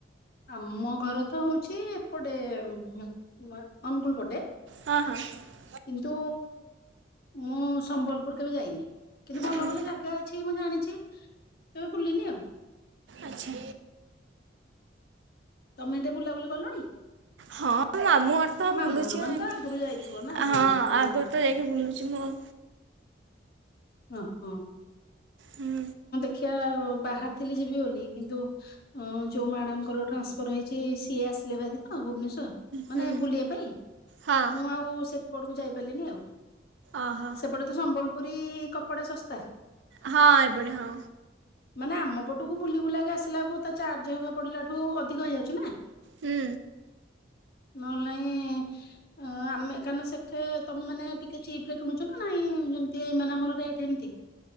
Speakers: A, on the left (about 60°); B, on the right (about 80°).
A: ଆମ ଘର ତ ହଉଛି ଏପଟେ ଉଁ ହୁଁ ନା ଅନୁଗୁଳ ପଟେ।
B: ହଁ ହଁ।
A: କିନ୍ତୁ ମୁଁ ସମ୍ବଲପୁର କେବେ ଯାଇନି। କିନ୍ତୁ ଭଲ
B: ହୁଁ,
A: ଭଲ ଜାଗା ଅଛି ମୁଁ ଜାଣିଛି କେବେ ବୁଲିନି ଆଉ।
B: ଆଚ୍ଛା
A: ତମେ ଏତେ ବୁଲାବୁଲି କଲଣି?
B: ହଁ ମାମୁଁ ଘର ତ
A: ଆ ମାମୁଁ
B: ବୁଲୁଛି
A: ଘର ମାନେ
B: ଆ
A: ତ ଆଗରୁ ଯାଇଥିବ ନା
B: ହଁ
A: ସବୁବେଳେ
B: ଆଗରୁ
A: ବୁଲୁଥିବ
B: ତ ଯାଇକି ବୁଲୁଛି ମୁଁ।
A: ଓ ହୋ।
B: ହୁଁ।
A: ଖିଆ ଅ ବାହାରିଥିଲି ଯିବି ବୋଲି କିନ୍ତୁ ହଁ ଯୋଉ ମ୍ୟାଡ଼ାମଙ୍କର ଟ୍ରାନ୍ସଫର୍ ହେଇଛି ସିଏ ଆସିଲେ ଭାରି ତ ଭୁବନେଶ୍ଵର।
B: ହୁଁ
A: ମାନେ ବୁଲିବା ପାଇଁ।
B: ହଁ
A: ମୁଁ ଆଉ ସେପଟକୁ ଯାଇପାରିଲିନି ଆଉ
B: ଓହୋ
A: ସେପଟେ ତ ସମ୍ବଲପୁରୀ କପଡ଼ା ଶସ୍ତା।
B: ହଁ ଏପଟେ ହଁ।
A: ମାନେ ଆମ ପଟକୁ ବୁଲି ବୁଲାକି ଆସିଲା ବେଳକୁ ତା ଚାର୍ଜ ହେରିକା ପଡ଼ିଲା ଠୁ ଅଧିକ ହେଇଯାଉଛି ନା।
B: ହୁଁ।
A: ନହେଲେ ନାଇଁ ଅଁ ଆମେ କାରଣ ସେଠେ ତମେ ମାନେ ଟିକେ ଚିପ ରେ କିଣୁଛ ନା ନାଇଁ ଯେମିତି ଏଇ ମାନେ ଆମର ରେ କେମିତି?